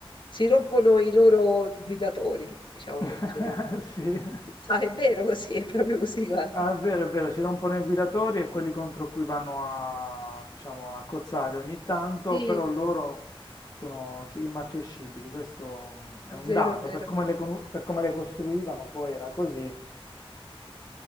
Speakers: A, on the left; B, on the left.
A: Si rompono i loro guidatori, diciamo,
B: <laughs>
A: sono
B: sì.
A: sì. Ah, è vero così, è proprio così, guarda.
B: Ah, è vero, è vero, si rompono i guidatori e quelli contro cui vanno a, diciamo, a cozzare ogni tanto,
A: Sì,
B: però loro sono sì, immarcescibili, questo mm,
A: è
B: è un
A: vero,
B: dato,
A: è vero.
B: per come le, conu- per come le costruivano poi era così.